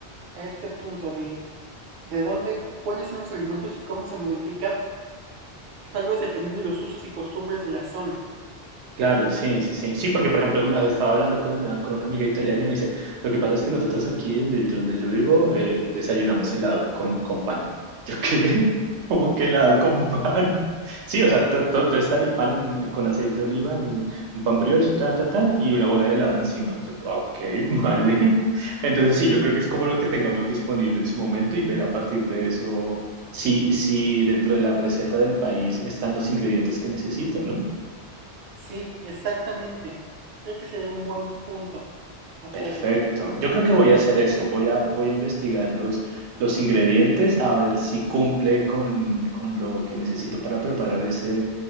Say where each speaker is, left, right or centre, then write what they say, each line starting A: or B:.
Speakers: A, on the right (about 55°); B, on the right (about 80°).
A: a este punto de de dónde, cuáles son los alimentos y cómo se modifican, tal vez dependiendo de los usos y costumbres de la zona.
B: Claro, sí, sí, sí. Sí, porque por ejemplo, estaba hablando con una, con una amiga italiana y me dice, lo que pasa es que nosotros aquí donde, donde yo vivo eh, desayunamos helado con, con pan. ¿Yo qué? <laughs> ¿Cómo que helado con pan? Sí, o sea, todo, todo, todo está en el pan en un- con aceite de oliva, en un, un pan brioche, tan, tan, tan, y una bola de helado encima. Yo, "Ah, ok, <laughs> vale. Entonces sí, yo creo que es como lo que tengamos disponible en su momento y ver a partir de eso si, si dentro de la receta del país están los ingredientes que necesito, ¿no?
A: Sí, exactamente. Creo que sería un buen punto hacerlo.
B: Perfecto. Yo creo que voy a hacer eso. Voy a, voy a investigar los, los ingredientes a ver si cumple con, con lo que necesito para preparar ese,